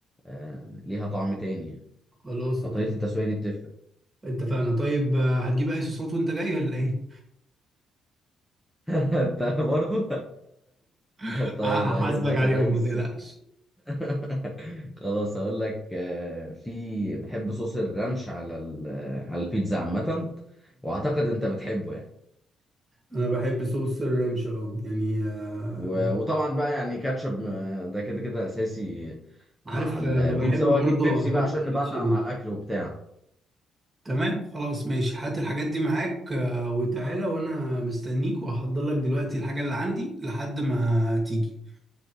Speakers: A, in the centre; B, on the right.
A: آه، ليها طعم تاني يعني.
B: خلاص
A: فطريقه
B: اتفق-
A: التسويه دي بتفرق
B: اتفقنا طيب آه، هتجيب اي صوصات وانت جاي ولا ايه
A: <laughs> انت برضو
B: <laughs>
A: <laughs> طيب
B: ه- هحاسبك
A: هجيب لك
B: عليهم
A: يا ريس
B: ما تقلقش
A: <laughs> خلاص هقول لك آه، في بحب صوص الرانش على ال- على البيتزا عامه واعتقد انت بتحبه يعني
B: انا بحب صوص الرانش اه يعني آه،
A: و- وطبعا بقى يعني كاتشب م- ده كده كده اساسي
B: عارف
A: مع البيتزا
B: آه، بحب
A: واجيب
B: برضه
A: بيبسي
B: احط
A: بقى عشان
B: سويت
A: نبلع
B: شيلي
A: مع الاكل وبتاع
B: تمام خلاص ماشي هات الحاجات دي معاك آه، وتعالى وانا مستنيك وهحضر لك دلوقتي الحاجة اللي عندي لحد ما تيجي